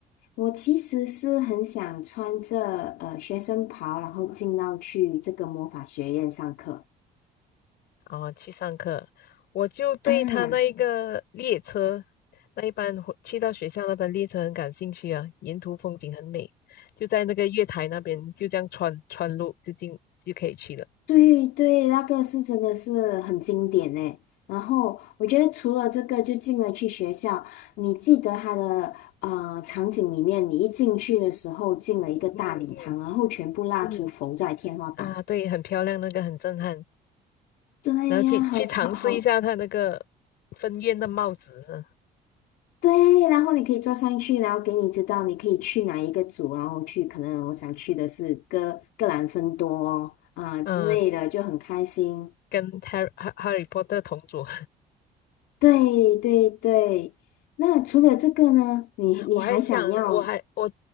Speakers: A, on the left (about 85°); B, on the left (about 70°).
A: 我其实是很想穿着呃学生袍，然后进到去这个魔法学院上课
B: 哦，去上课，我就对他那一个列车，
A: 啊。
B: 那一班回去到学校那班列车很感兴趣啊，沿途风景很美，就在那个月台那边，就这样穿穿路就进就可以去了。
A: 对对，那个是真的是很经典呢。然后我觉得除了这个，就进了去学校，你记得它的呃场景里面，你一进去的时候进了一个大礼堂，
B: 嗯嗯
A: 然后全部蜡烛浮在天花板。
B: 嗯啊，对，很漂亮，那个很震撼。
A: 对呀、
B: 然后去去尝试一下他那个
A: 好吵，好
B: 分院的帽子呢，
A: 对，然后你可以坐上去，然后给你知道你可以去哪一个组，然后去可能我想去的是哥格兰芬多啊、
B: 嗯、
A: 之类的，就很开心。
B: 跟 Harry Harry Potter 同组。
A: 对对对，那除了这个呢，你你还想要
B: <laughs> 我还想，我还我